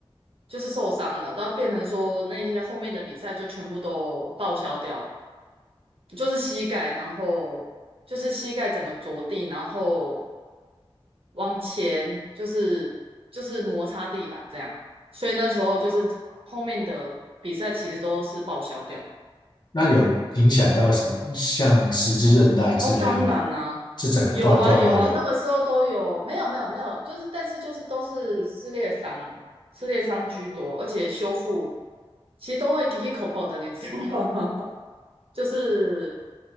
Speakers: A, on the right (about 70°); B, on the left (about 50°).
A: 就是受伤了，然后变成说那些后面的比赛就全部都报销掉了，就是膝盖，然后就是膝盖整个着地，然后往前就是就是摩擦地板这样，所以那时候就是后面的比赛其实都是报销掉。
B: 那有影响到什么，像十字韧带之类吗？
A: 哦，当然啦、
B: 是整个断掉吗？
A: 有啊有啊，
B: 有。
A: 那个时候都有，没有没有没有，就是但是就是都是撕裂伤，撕裂伤居多，而且修复其实都会 k i k i 口口的，你知道吗？就是